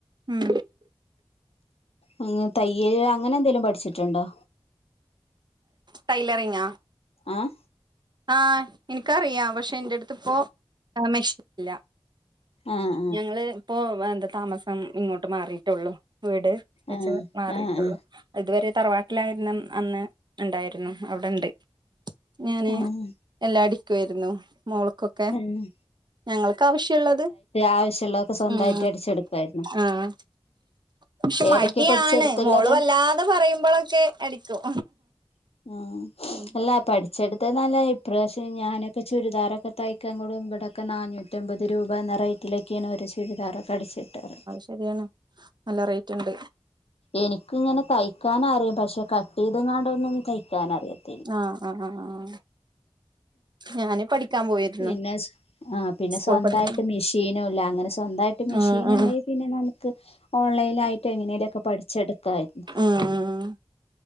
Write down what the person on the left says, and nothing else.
അങ്ങനെ തയ്യൽ അങ്ങനെ എന്തേലും പഠിച്ചിട്ടുണ്ടോ
അഹ്
ആഹ്
ആഹ്
ആഹ് ആഹ്
ആഹ്
എന്ന്
ആവശ്യമുള്ളതൊക്കെ സ്വന്തായിട്ട്
അടിച്ചെടുക്കായിരുന്നോ
ഏതൊക്കെയാ
പഠിച്ചെടുത്തുള്ളത്
ആഹ്
ഇല്ലാ പഠിച്ചെട്ത്തെന്നല്ലെ ഇപ്രവിശ്യം ഞാനൊക്കെ ചുരിദാറൊക്കെ തൈക്കാൻ കൊടും ഇവടൊക്കെ നാനൂറ്റമ്പത് രൂപ എന്ന റേറ്റിലേക്കേണ് ഒര് ചുരിദാർ അടിച്ച് കിട്ടാറ്
ഇൻക്ക് ഇങ്ങെനെ തയ്ക്കാനറിം പക്ഷെ കട്ട്യ്തങ്ങാണ്ടൊന്നും തയ്ക്കാനറിയില്ല
പിന്നെ സ്വ ആ പിന്നെ
സ്വന്തായ്ട്ട്
മിഷീനുല്ല അങ്ങെനെ സ്വന്തായ് ട്ട് മിഷീൻ
ഇണ്ടെങ്കി പിന്നെ നമുക്ക് ഓൺലൈനായിയിട്ട് എങ്ങനെലൊക്കെ പഠിച്ചെടുക്കായിര്ന്നു